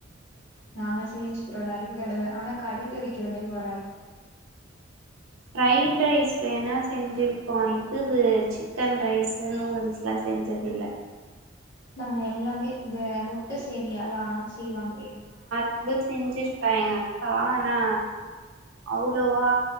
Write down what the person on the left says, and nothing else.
நாங்க சேஞ்சுக்றோ நெறைய தடவ ஆனா கடைல விக்கிற மாரி வராது
நாங்க எல்லாமே இந்த முட்ட சேமியாலா செய்வாங்களே